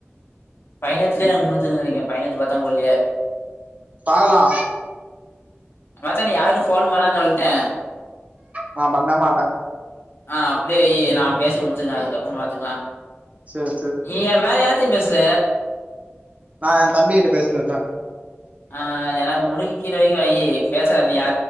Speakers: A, on the left; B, on the right.
A: பைனெத்துலே என்க்கு முடிஞ்சிது நெனைக்க பைனைத்து பத்தபோல்லீயே
B: பாகலா
A: மச்சா நீ யார்க்கு ஃபோன் பண்ணாத சொல்ட்டே
B: நா பண்ண மாட்டே
A: ஆ அப்டியே வையி நா பேசி முட்ச்சுக்குறே அதுக்கப்றோ பாத்துக்லா
B: சேர் சேர்
A: நீ ய வேற யார்ட்ட பேசுற
B: நா எ தம்பி கிட்ட பேசின்னுப்பே
A: ஆ எனக்கு முடிக்கிற வரைக்கு வையி பேசாத நீ யா